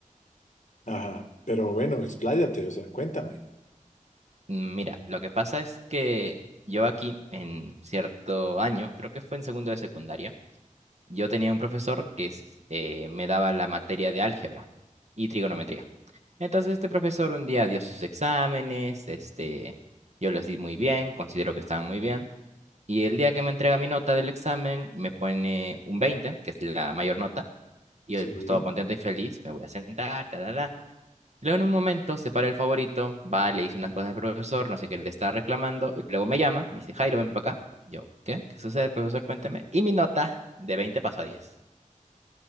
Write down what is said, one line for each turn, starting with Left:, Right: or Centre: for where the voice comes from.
Left: Ajá, pero bueno, expláyate, o sea, cuéntame.
Right: Mm, Mira, lo que pasa es que yo aquí en cierto año, creo que fue en segundo de secundaria, yo tenía un profesor que es- eh, me daba la materia de álgebra y trigonometría. Entonces este profesor un día dio sus exámenes, este, yo los di muy bien, considero que estaban muy bien, y el día que me entrega mi nota del examen me pone un 20, que es la mayor nota, y
Left: Sí.
Right: yo pues todo contento y feliz, me voy a sentar, tal, Luego en un momento se para el favorito, va, le dice unas cosas al profesor, no sé qué le está reclamando, y luego me llama, me dice, Jairo, ven para acá. Yo, ¿qué? ¿Qué sucede, profesor? Cuénteme. Y mi nota de veinte pasó a diez.